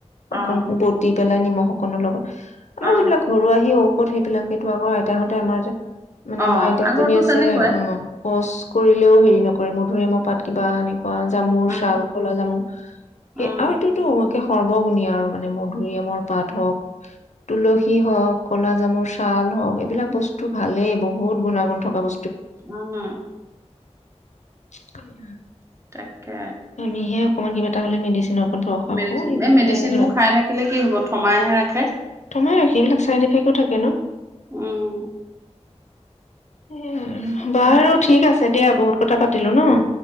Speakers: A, on the right; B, on the left.
A: অ
B: অকণ বৌতিপ। পেলাই নিমখ অকনৰ লগত। আমাৰ
A: অ
B: যিবিলাক ঘৰু আৰ্হি ঔ ষধ সেইবিলাকেটো আগৰ আইতাহঁতে আমাৰ যে মানে
A: অ
B: আমাৰ আইতা
A: আগৰতো
B: এজনী আছে
A: তেনেকুৱাই
B: উম্ শৌচ কৰিলেও হেৰি নকৰে মধুৰিআমৰ পাত কিবা আনি অ জামুৰ
A: উম
B: চাল ক'লা জামু সেই
A: উম
B: আৰু এইটোতো সৰ্বগুণীয়া আৰু মানে মধুৰিআমৰ পাত হওক তুলসী হওঁক, কলা জামুৰ চাল হওঁক এইবিলাক বস্তু ভালেই বহুত গুণাগুণ থকা ব
A: উম্।
B: <unintelligible>
A: তাকে।
B: আমি হে অকণমান কিবা এটা হলে মেডিচিনৰ ওপৰত ভৰসা
A: মেডিচিন,
B: কৰো সেইবোৰ
A: এই মেডিচিনবোৰ
B: খোৱাই ভাল
A: খাই থাকিলে কি হ'ব থমাইহে ৰাখে।
B: থমাই ৰাখে এইবিলাক ছাইড এফেক্টো থাকে ন?
A: উম্।
B: এইয়াই,
A: তাকে
B: বাৰু ঠিক আছে। দিয়া বহুত কথা পাতিলো ন'?